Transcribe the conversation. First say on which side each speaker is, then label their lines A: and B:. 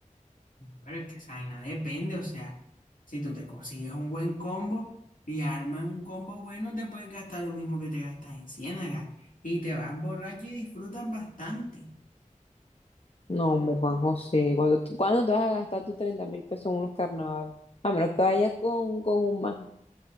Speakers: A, on the left; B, on the left.
A: Pero es que esa vaina depende, o sea, si tú te consigues un buen combo y armas un combo bueno, te puedes gastar lo mismo que te gastas en Ciénaga y te vas borracho y disfrutas bastante.
B: No, hombre, Juan José, ¿cuándo, tú- cuándo te vas a gastar tus treinta mil pesos en unos carnavales? A menos que vayas con, con un man.